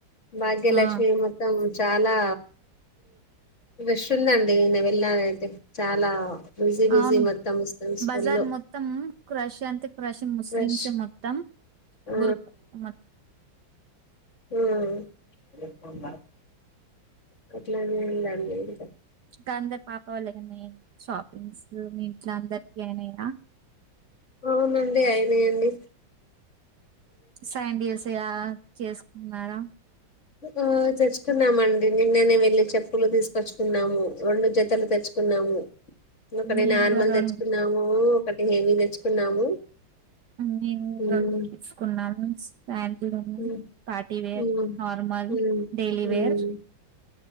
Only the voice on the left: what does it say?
భాగ్యలక్ష్మి
మొత్తం చాలా రష్ందండి నేను <unintelligible> బిజీ బిజీ
మొత్తం స్కూల్లో
రష్
ఆ
ఆ <inaudible> <inaudible> గట్లనే అయిందండి ఇగా
అవునండి అయినయండి.
ఆ తెచ్చుకున్నామండి నిన్ననే వెళ్ళి చెప్పులు తీసుకొచ్చుకున్నాము రెండు జతలు తెచ్చుకున్నాము. ఒకటి
నార్మల్
తెచ్చుకున్నాము, ఒకటి హెవీ తెచ్చుకున్నాము.
ఉమ్
um
um
ఉమ్
ఉమ్.